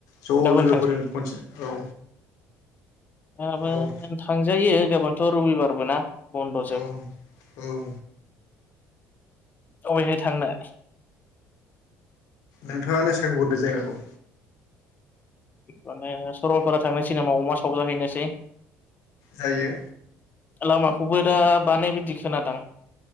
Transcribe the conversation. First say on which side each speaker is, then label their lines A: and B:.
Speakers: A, on the left; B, on the left.
A: ज'
B: गाबोन
A: लोगोफोर खनसे औ।
B: माबा
A: औ
B: थांजायो गाबोनथ' रबिबारबो ना। बन्द' जोब
A: औ औ।
B: अबेहाय थांनो?
A: नोंथाङाानो सोंहरदो जायगाखौ।
B: माने सरलपारा थांनो सिनेमा अमा सावजाहैनोसै।
A: जायो।
B: लामाखौबो दा बानायबायदि खोनादां।